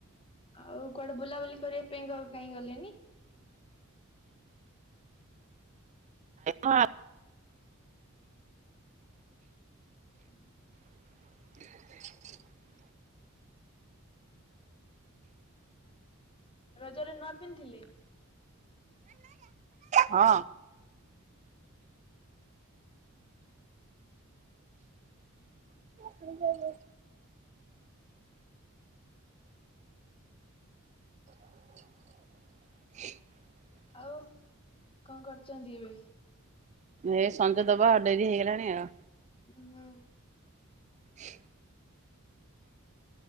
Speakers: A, on the left; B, on the right.
A: ଆଉ କୁଆଡେ ବୁଲାବୁଲି କରିବା ପାଇଁ କକୁ କାହିଁ ଗଲେଣିି।
B: ଆ।
A: ହୁଁ
B: ହ
A: ରଜରେ ନୂଆ ପିନ୍ଧିଲି।
B: ହଁ। ହୁଁ <inaudible> <inaudible>
A: ଆଉ କଣ କରୁଛନ୍ତି ଏବେ।
B: ଏ ସଞ୍ ଦବା ଡେରି ହେଇଗଲାଣି ଆଉ
A: ହୁଁ
B: ହ